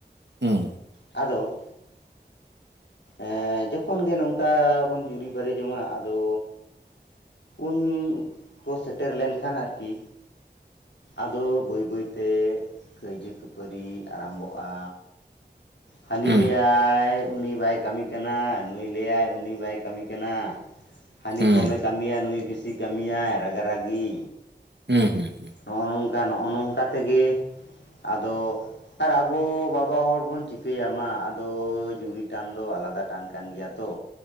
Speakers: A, on the right; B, on the left.
A: ᱦᱩᱸ
B: ᱟᱫᱚ ᱮᱸ ᱡᱚᱠᱷᱚᱱ ᱜᱮ ᱱᱚᱝᱠᱟ ᱵᱚᱱ ᱡᱩᱨᱤ ᱯᱟᱨᱮ ᱡᱚᱝᱟ ᱟᱫᱚ ᱩᱱ, ᱠᱚ ᱥᱮᱴᱮᱨ ᱞᱮᱱᱠᱷᱟᱱ ᱟᱨᱠᱤ ᱟᱫᱚ ᱵᱟᱹᱭ ᱵᱟᱹᱭ ᱛᱮ ᱠᱟᱹᱭᱡᱟᱹ ᱠᱷᱟᱹᱯᱟᱹᱨᱤ ᱟᱨᱟᱢᱵᱚᱜᱼᱟ᱾ ᱦᱟᱱᱤ
A: ᱦᱩᱸ
B: ᱞᱮᱭᱟᱭ ᱩᱱᱤ ᱵᱟᱭ ᱠᱟᱹᱢᱤ ᱠᱟᱱᱟ ᱱᱩᱭ ᱞᱟᱹᱭᱟᱭ ᱩᱱᱤ ᱵᱟᱭ ᱠᱟᱹᱢᱤ ᱠᱟᱱᱟ ᱦᱟᱹᱱᱤ
A: ᱦᱩᱸ
B: ᱠᱚᱢᱮ ᱠᱟᱢ ᱢᱤᱭᱟ ᱱᱩᱭ ᱵᱤᱥᱤ ᱠᱟᱹᱢᱤ ‌ᱭᱟᱭ ᱨᱟᱜᱟ ᱨᱟᱜᱤ᱾
A: ᱦᱩᱸ ᱦᱩᱸ᱾
B: ᱱᱚᱜᱼᱚ ᱱᱚᱝᱠᱟ ᱱᱚᱜᱼᱚ ᱱᱚᱝᱠᱟ ᱛᱮᱜᱮ ᱟᱫᱚ ᱟᱨ ᱟᱵᱚ ᱵᱟᱵᱟ ᱦᱚᱲ ᱵᱚᱱ ᱪᱤᱠ ᱠᱟᱹᱭᱟ ᱢᱟ ᱟᱫᱚ ᱡᱩᱨᱤ ᱴᱟᱱ ᱫᱚ ᱟᱞᱟᱫᱟ ᱴᱟᱱ ᱠᱟᱱ ᱜᱮᱭᱟ ᱛᱚ᱾